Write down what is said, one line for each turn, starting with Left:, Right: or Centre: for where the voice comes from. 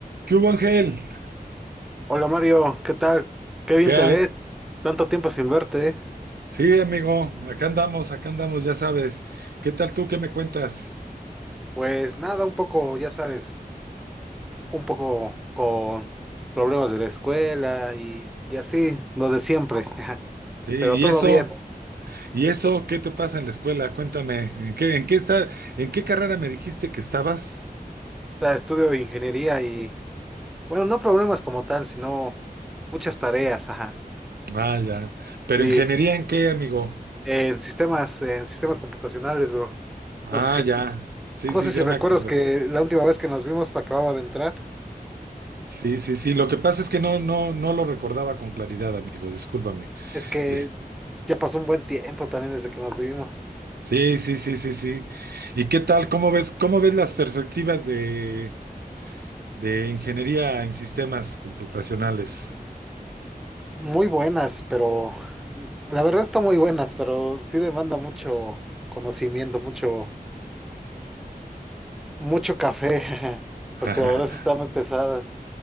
Right: ¿Qué hubo, Ángel?
Centre: Hola Mario, ¿qué tal? Qué bien
Right: ¿Qué
Centre: te
Right: hay?
Centre: ves. Tanto tiempo sin verte. ¿eh?
Right: Sí, amigo, acá andamos, acá andamos, ya sabes. ¿Qué tal tú? ¿Qué me cuentas?
Centre: Pues nada, un poco, ya sabes, un poco con problemas de la escuela y, y así, lo de siempre. <laughs>
Right: Sí, ¿y
Centre: Pero todo
Right: eso?
Centre: bien. O
Right: ¿Y eso? ¿Qué te pasa en la escuela? Cuéntame, ¿en qué, en qué está, en qué carrera me dijiste que estabas?
Centre: sea, estudio ingeniería y, bueno, no problemas como tal, sino muchas tareas, <laughs> ajá.
Right: Ah, ya. ¿Pero
Centre: Y
Right: ingeniería en qué, amigo?
Centre: en sistemas, en sistemas computacionales, bro.
Right: Ah,
Centre: No sé si,
Right: ya. Sí,
Centre: no
Right: sí,
Centre: sé
Right: ya
Centre: si recuerdas
Right: me acordé.
Centre: que la última vez que nos vimos acababa de entrar.
Right: Sí, sí, sí. Lo que pasa es que no, no, no lo recordaba con claridad, amigo. Discúlpame.
Centre: Es que
Right: Es-
Centre: ya pasó un buen tiempo también desde que nos vimos.
Right: sí, sí, sí, sí, sí. ¿Y qué tal? ¿Cómo ves, cómo ves las perspectivas de, De ingeniería en sistemas computacionales.
Centre: Muy buenas, pero la verdad está muy buenas, pero sí demanda mucho conocimiento, mucho, mucho café, <laughs>
Right: <laughs>
Centre: porque la verdad sí están muy pesadas.